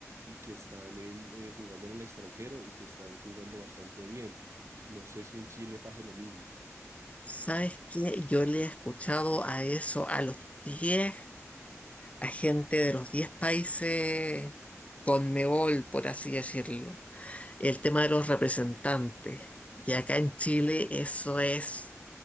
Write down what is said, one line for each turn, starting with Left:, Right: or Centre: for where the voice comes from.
Right: y que están en, eh, jugando en el extranjero y que están jugando bastante bien. No sé si en Chile pase lo mismo.
Left: ¿Sabes qué? Yo le he escuchado a eso a los diez a gente de los 10 países Conmebol, por así decirlo. El tema de los representantes. Y acá en Chile eso es,